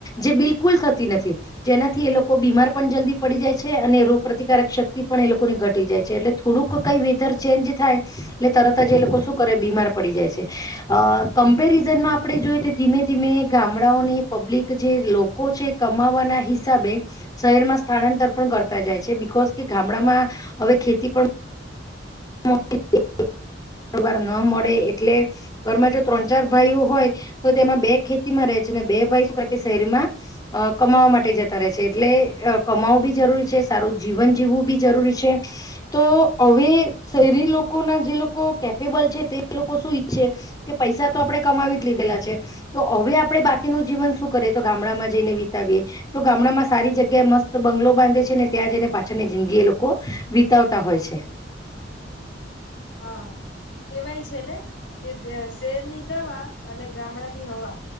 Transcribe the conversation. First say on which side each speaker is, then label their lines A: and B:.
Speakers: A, on the left (about 20°); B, on the left (about 65°).
A: જે બિલકુલ થતી નથી. જેનાથી એ લોકો બીમાર પણ જલ્દી પડી જાય છે અને રોગ પ્રતિ કારક શક્તિ પણ એ લોકોની ઘટી જાય છે. એટલે થોડુંક કઈ વેધર ચેન્જ થાય એટલે તરત જ એ લોકો શું કરે બીમાર પડી જાય છે. અ કમ્પેરિઝનમાં આપણે જોઈએ તો ધીમે ધીમે ગામડાઓને પબ્લિક જે લોકો છે કમાવવાના હિસાબે શહેરમાં સ્થાળાંતર પણ કરતા જાય છે કોસ કે ગામડામાં હવે ખેતી પણ <inaudible> વાર ન મળે એટલે ઘરમાં જો ત્રણ ચાર ભાઈઓ હોય તો તેમાં બે ખેતીમાં રહે છે બે ભાઈ કે શહેરમાં અ કમાવા માટે જતા રહે છે. એટલે કમાવવું બી જરૂરી છે, સારું જીવન જીવવું બી જરૂરી છે. તો હવે શહેરી લોકોના જે લોકો કેપેબલ છે તે લોકો શું ઈચ્છે કે પૈસા તો આપણે કમાવી જ લીધેલા છે. તો હવે આપણે બાકીનું જીવન શું કરીએ તો ગામડામાં જઈને વિતાવીએ. તો ગામડામાં સારી જગ્યાએ મસ્ત બંગલો બાંધે છે ને ત્યાં જઈને પાછળની જિંદગી એ લોકો વિતાવતા હોય છે.
B: હા કેવાય છે ને કે શહેરની દવા અને ગામડા ની હવા.